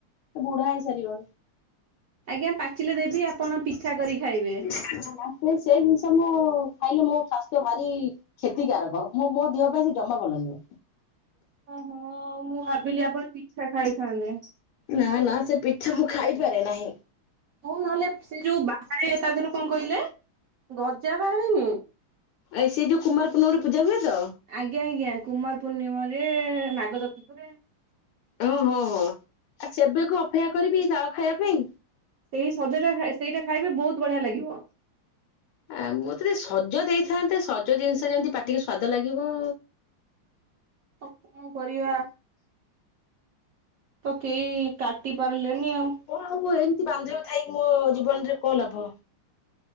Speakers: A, on the left; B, on the right.
A: ବୁଢା ହେଇ ସାରିବନି?
B: ଆଜ୍ଞା ପାଚିଲେ ଦେବି ଆପଣ ପିଠା କରିକି ଖାଇବେ?
A: <unintelligible> ସେ ସେଇ ଜିନିଷ ମୁଁ ଖାଇଲେ ମୋ ସ୍ୱାସ୍ଥ୍ୟ ଭାରି କ୍ଷତିକାରକ ମୋ ମୋ ଦିହ ପାଇଁ ସେ ଜମା ଭଲ ନୁହେଁ।
B: ଓହୋ ମୁଁ ଭାବିଲି ଆପଣ ପିଠା ଖାଇଥାନ୍ତେ?
A: ନା ନା ସେ ପିଠା ମୁଁ ଖାଇପାରେ ନାହିଁ।
B: ହଉ ନହେଲେ ସେ ଯୋଉ ବାହାରେ ତା ଦେହରୁ କଣ କହିଲେ ଗଜା ବାହାରେନି?
A: ଏ ସେଇ ଯୋଉ କୁମାର ପୂର୍ଣ୍ଣମୀ ରେ ପୂଜା ହୁଏ ତ?
B: ଆଜ୍ଞା ଆଜ୍ଞା କୁମାର ପୂର୍ଣ୍ଣିମରେ ନାଗଚର୍ତୁଥିରେ
A: ଓହୋ ହଁ ହଁ ଆଉ ସେବେକୁ ଅପେକ୍ଷା କରିବି ତାଳ ଖାଇବା ପାଇଁ?
B: ସେଇ ସଜ ଟା ସେଇଟା ଖାଇବେ ବହୁତ ବଢିଆ ଲାଗିବ।
A: ଆ ମୋତେ ଟିକେ ସଜ ଦେଇଥାନ୍ତେ ସଜ ଜିନିଷ ଯେମତି ପାଟିକି ସ୍ଵାଦ ଲାଗିବ।
B: ଆ କଣ କରିବା? ତ କେହି କାଟି ପରିଲେନି ଆଉ।
A: କଣ ହବ ଏମିତି ବାନ୍ଧବୀ ଥାଇକି ମୋ ଜୀବନ ରେ କଣ ଲାଭ?